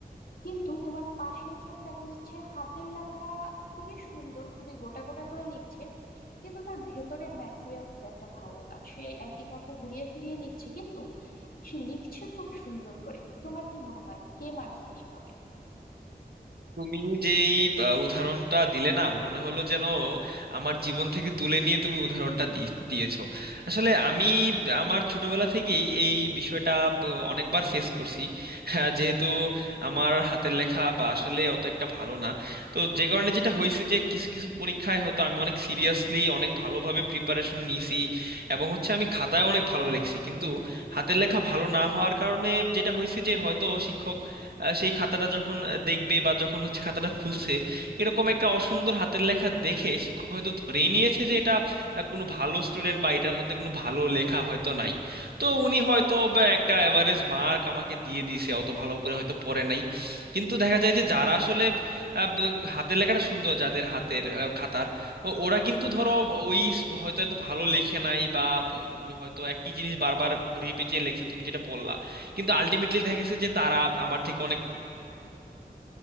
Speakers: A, on the left (about 60°); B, on the right (about 70°).
A: কিন্তু তোমার পাশের জন দেখা যাচ্ছে হাতের লেখা খুবই সুন্দর খুবই গোটা গোটা করে লিখছে কিন্তু তার ভেতরের ম্যাটেরিয়াল খুব একটা ভালো না সে একই কথা ঘুরিয়ে ফিরিয়ে লিখছে কিন্তু সে লিখছে খুব সুন্দর করে তোমার কি মনে হয় কে মার্কস বেশি পাবে
B: তুমি যেই আহ, উদাহরণটা দিলে না মনে হলো যেন আমার জীবন থেকে তুলে নিয়ে তুমি উদাহরণটা দি- দিয়েছো আসলে আমি আমার ছোটবেলা থেকেই এই বিষয়টা ব- অনেকবার ফেস করছি হ্যাঁ, যেহেতু আমার হাতের লেখা বা আসলে অত একটা ভালো না তো যে কারণে যেটা হয়েছে যে কিছু কিছু পরীক্ষায় হয়তো আমি অনেক সিরিয়াসলি অনেক ভালোভাবে প্রিপারেশন নিছি এবং হচ্ছে আমি খাতায় অনেক ভালো লিখছি কিন্তু হাতের লেখা ভালো না হওয়ার কারণে যেটা হয়েছে যে হয়তো শিক্ষকরা আহ, সেই খাতাটা যখন আহ, দেখবে বা যখন হচ্ছে খাতাটা খুলছে এরকম একটা অসুন্দর হাতের লেখা দেখে শিক্ষক হয়তো ধরেই নিয়েছে যে এটা আহ, কোনো ভালো স্টুডেন্ট বা এটার মধ্যে কোনো ভালো লেখা হয়তো নাই তো উনি হয়তো বা একটা এভারেজ মার্ক আমাকে দিয়ে দিয়েছে অত ভালো করে হয়তো পড়ে নাই কিন্তু দেখা যায় যে যারা আসলে আহ, ব- হাতের লেখাটা সুন্দর যাদের হাতের আহ, খাতার ও- ওরা কিন্তু ধরো ওই স- হয়তো এত ভালো লেখে নাই বা উম, হয়তো একই জিনিস বারবার ঘুরিয়ে পেঁচিয়ে লেখছে তুমি যেটা বললা কিন্তু আলটিমেটলি দেখা গেছে যে তারা আমার থেকে